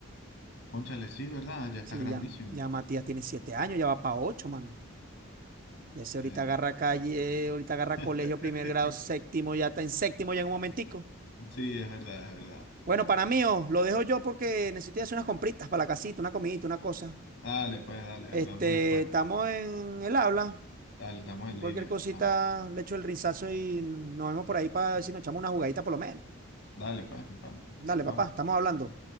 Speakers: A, on the left (about 60°); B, on the right (about 40°).
A: Cónchale, sí, ¿verdad? Ya
B: Sí,
A: está grandísimo.
B: ya, ya Matías tiene siete años, ya va para ocho, mano. Ya se ahorita
A: Eh,
B: agarra calle, ahorita agarra colegio,
A: <laughs>
B: primer grado, séptimo, ya está en séptimo ya en un momentico.
A: sí, es verdad, es verdad.
B: Bueno, para mí, oh, lo dejo yo porque necesito ir a hacer unas compritas para la casita, una comidita, una cosa.
A: Dale, pues, dale,
B: Este,
A: hablamos después.
B: estamos en el habla.
A: Dale, estamos en
B: Cualquier
A: línea,
B: cosita,
A: pana.
B: le echo el rizazo y nos vemos por ahí para si nos echamos una jugadita por lo menos.
A: Dale, pues, mi pana.
B: Dale, papá,
A: Hablamos.
B: estamos hablando.